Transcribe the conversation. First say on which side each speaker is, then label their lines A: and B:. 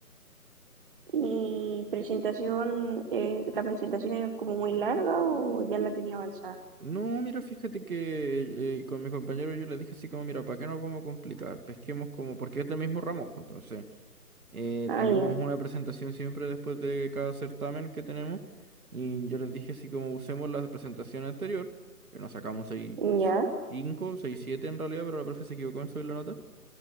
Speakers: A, on the right (about 35°); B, on the right (about 65°).
A: ¿Y presentación, eh, la presentación es como muy larga o ya la tenía avanzada?
B: No, mira, fíjate que eh, con mis compañeros yo les dije así como, mira, ¿para qué nos vamos a complicar? Pesquemos como, porque es del mismo ramo, pues, entonces... Eh,
A: Ah,
B: tenemos
A: ya.
B: una presentación siempre después de cada certamen que tenemos. Y yo les dije así como usemos la presentación anterior, que nos sacamos 6,
A: Ya.
B: 5 6 7 en realidad, pero la profe se equivocó en subir la nota.